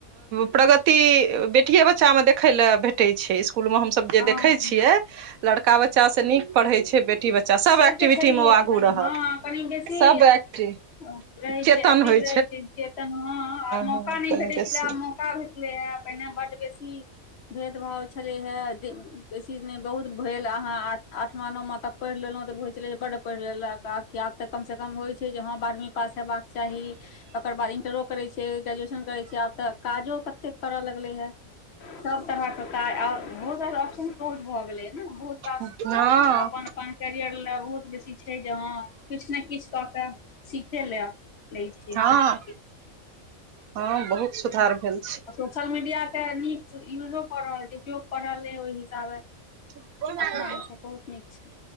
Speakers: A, on the right; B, on the left.
A: प्रगति बेटियए बच्चा मे देखय ल भेटै छै इसकुल मे हम सब
B: हँ
A: देखै छियै लड़का बच्चा नीक पढ़ छै बेटी बच्चा सभ
B: से
A: एक्टिविटीमे
B: तऽ छैहे
A: ओ आगू
B: कनि
A: रहत
B: हँ कनि बेसी
A: सभ
B: रहै
A: एक्टिव चेतन
B: छै एक्टिव
A: होइ
B: रहै छै जे त हँ हं आ मौका
A: हँ
B: नहि
A: कनि
B: भेटै
A: बेसी
B: छलै आब मौक मौका भेटले हे पहिने बड बेसी भेदभाव छलै हे बेसी नहि बहुत भेल अहाँ आठमा नौमा तक पढ़ि लेलहुँ तऽ होइत छलै जे बड पढ़ि लेलक आब की आब तऽ कमसँ कम हो छै जे हँ बारहवीं पास हयबाक चाही ओकर बाद इन्टरओ करैत छै, ग्रेजुएशन करैत छै, आब तऽ काजो कते करय लगलै हे। सभ तरहके काज आओर बहुत रास, आ बहुत भऽ गेलै ह ने। बहुत रास
A: हँ
B: अपन अपन कैरियर लए बहुत बेसी। छै जे, हँ, किछु ने किछु कऽ केऽ सीखै लेल छै
A: हँ
B: की।
A: हँ बहुत सुधार भेल
B: सोशल मीडियाके नीक उपयोग कऽ रहल, ओहि हिसाबे।
A: छै
B: अपना एहिसँ बहुत नीक छै